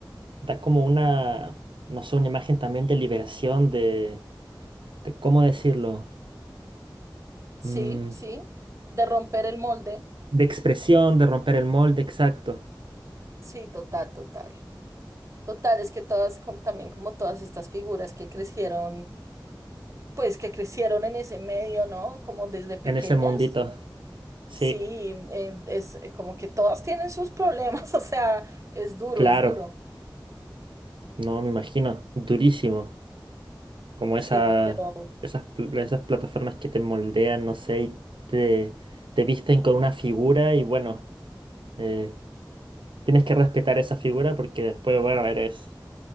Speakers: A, on the right; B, on the right.
A: da como una, no sé, una imagen también de liberación, de, de ¿cómo decirlo?
B: sí,
A: Mm,
B: sí, de romper el molde.
A: de expresión, de romper el molde, exacto,
B: Sí, total, total. Total, es que todas, como, también como todas estas figuras que crecieron, pues que crecieron en ese medio, ¿no? Como desde pequeñas.
A: en ese mundito. Sí,
B: Sí, eh, es eh, como que todas tienen sus problemas, <laughs> o sea, es duro,
A: claro,
B: es duro.
A: no me imagino, durísimo, como esa,
B: Sí, pero
A: esas, pl- esas plataformas que te moldean, no sé, y te, te visten con una figura y bueno. eh, Tienes que respetar esa figura porque después, bueno, eres,